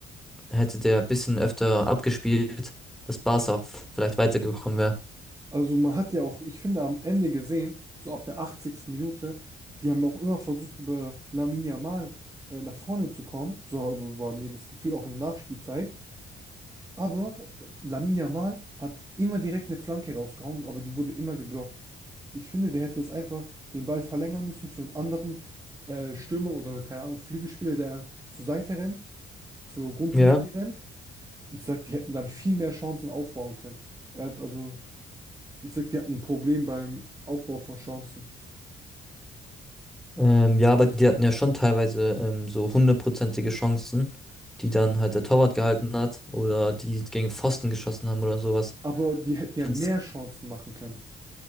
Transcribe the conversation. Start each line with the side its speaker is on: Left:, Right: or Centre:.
Centre: hätte der ein bisschen öfter abgespielt, dass Barca auch vielleicht weitergekommen wäre.
Right: Also man hat ja auch, ich finde, am Ende gesehen, so ab der 80. Minute, die haben auch immer versucht, über Lamine Yamal äh, nach vorne zu kommen. So also war mir das Gefühl auch in der Nachspielzeit. Aber äh, Lamine Yamal hat immer direkt eine Flanke rausgehauen, aber die wurde immer geblockt. Ich finde, der hätte es einfach den Ball verlängern müssen zu einem anderen äh, Stürmer oder, keine Ahnung, Flügelspieler, der zur Seite rennt, zur Grundlinie
Centre: Ja.
Right: rennt. Ich sag, die hätten dann viel mehr Chancen aufbauen können. Er hat also ich sag, die hatten ein Problem beim Aufbau von Chancen.
Centre: Ähm, ja, aber die hatten ja schon teilweise ähm, so hundertprozentige Chancen, die dann halt der Torwart gehalten hat oder die gegen Pfosten geschossen haben oder sowas.
Right: Aber die hätten
Centre: Ich
Right: ja
Centre: find's
Right: mehr Chancen machen können.